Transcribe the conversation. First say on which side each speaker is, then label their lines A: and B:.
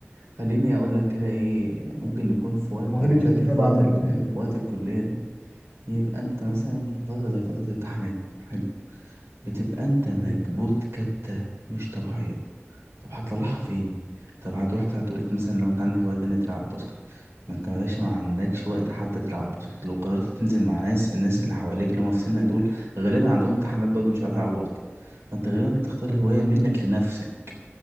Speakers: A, on the right (about 70°); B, on the right (about 25°).
A: خليني اقول لك كده ايه ممكن نكون في وقت
B: موهبة
A: انا فاكر
B: الكتابة
A: في وقت
B: عندك
A: ال...
B: جت منين يعني
A: في وقت الكلية دي يبقى انت مثلا في فترة زي فترة الامتحانات حلو بتبقى انت مكبوت
B: م-
A: كبتة مش طبيعية طب هتطلعها فين طب هتروح تقول مثلا لو انت عندك هواية تانية تلعب باسكت ما انت يا باشا ما عندكش وقت حتى تلعب باسكت لو قررت تنزل مع ناس الناس اللي حواليك اللي هم في سنك دول غالبا عندهم امتحانات برضه مش عارفين يلعبوا باسكت فانت غالبا بتختار
B: م-
A: هواية منك لنفسك